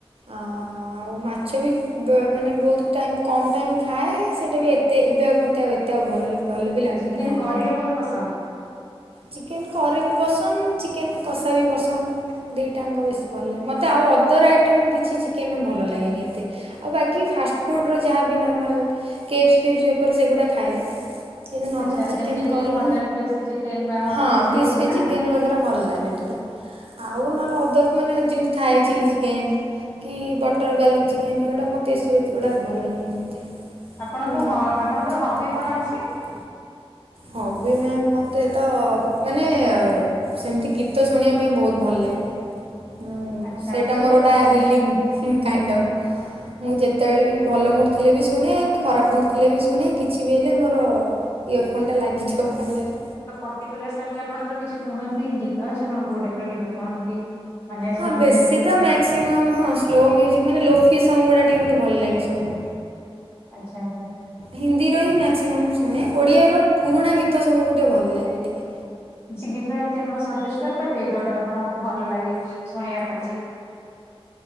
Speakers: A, on the right; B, on the left.
A: ଅ ଆଉ ମାଛ ବି ମାନେ ବହୁତ ଟାଇମ୍ କମ୍ ଟାଇମ୍ ଖାଏ ସେଇଟା ବି ଏତେ ମୋତେ ଆ ଏତେ ଆଉ ଭଲ ଭଲ ବି ଲାଗୁନି
B: ଚିକେନ
A: ଖାଇବାକୁ।
B: କରି ଆପଣଙ୍କୁ ପସନ୍ଦ।
A: ଚିକେନ କରି ବି ପସନ୍ଦ ଚିକେନ କଷା ବି ପସନ୍ଦ ଦି ଟାଙ୍କ ବେଶୀ ଭଲ ଲାଗେ ମୋତେ ଆଉ ଅଦର ଆଇଟମ୍ କିଛି ଚିକେନ ଭଲ ଲାଗେନି ଏତେ। ଆଉ ବାକି ଫାଷ୍ଟଫୁଡ଼୍ ଯାହା ବି ନର୍ମାଲ କେପ୍ସ ଫିପ୍ସ ଉପରେ ସେଗୁଡ଼ା ଖାଏ। <inaudible> ନାର୍ମଲ
B: ଆଚ୍ଛା
A: ଚିକେନ
B: ଯେମିତି କି
A: କରି
B: ହଟ ଆଣ୍ଡ କ୍ରିସ୍ପି ଚିକେନ ବା ହଟ
A: ହଁ
B: ୱିଙ୍ଗ ସେଇ
A: କ୍ରିସ୍ପି
B: ସବୁ ନା।
A: ଚିକେନ ବଗେରା ଭଲ ଲାଗେ ଟିକେ। ଆଉ ନହେଲେ ଅଦରକ ମାନେ ଯେମିତି ଥାଏ ଚିଲି ଚିକେନ କି ବଟର୍ ଗାର୍ଲିକ୍ ଚିକେନ୍ ଏଗୁଡ଼ା ମୋତେ <inaudible> ଗୁଡ଼ା ଭଲ ଲାଗେନି ଏତେ
B: ଆପଣଙ୍କୁ
A: ନର୍ମାଲ୍
B: ହ ଆପଣଙ୍କର ହବି କଣ ଅଛି?
A: ହବି ମ୍ୟାମ୍ ମତେ ତ ମାନେ ସେମିତି ଗୀତ ଶୁଣିବା ସେ ପାଇଁ ବହୁତ ଭଲ ଲାଗେ ମୁଁ
B: ଆଚ୍ଛା
A: ସେଇଟା
B: କୋଉ
A: ମୋର
B: ଟାଇପ
A: ଗୋଟେ
B: ର ଗୀ
A: ହିଲିଙ୍ଗ କାଇଣ୍ଡ ଅଫ୍ ମୁଁ ଯେତେବେଳେ ବି ଭଲ ମୁଡ଼ ଥିଲେ ବି ଶୁଣେ ଖରାପ ମୁଡ୍ ଥିଲେ ବି ଶୁଣେ କିଛି ବି ହେଲେ ମୋର ଇୟରଫୋନ ଟା ଲାଗିଥିବ କାନରେ
B: ତ ପର୍ଟିକୁଲାର ସେମିତି ଆପଣଙ୍କର କିଛି କୌଣସି ଗୀତ ଅଛି ଆପଣ କୋଉ ଟାଇପ ଗୀତ ଶୁଣନ୍ତି? ମାନେ ସ୍ଲୋ
A: ହଁ ବେଶୀ
B: ମ୍ୟୁଜିକ
A: ତ
B: ନା
A: ମ <unintelligible> ସଙ୍ଗ ଗା ଟିକେ ଭଲ ଲାଗେ ସବୁ
B: ଆଚ୍ଛା ଆଚ୍ଛା।
A: ହିନ୍ଦୀର ହିଁ ମକ୍ସିମମ୍ ଶୁଣେ ଓଡିଆ ର ପୁରୁଣା ଗୀତ ସବୁକୁ ଟିକେ ଭଲ ଲାଗେ ଟିକେ।
B: କିଛି ଗୀତ ଏମତି ଆପଣ ସଜେଷ୍ଟ କରିପାରିବେ ଯୋଉଟା ଆପଣଙ୍କୁ ଭଲ ଲାଗେ ଶୁଣିବା ପାଇଁ କି?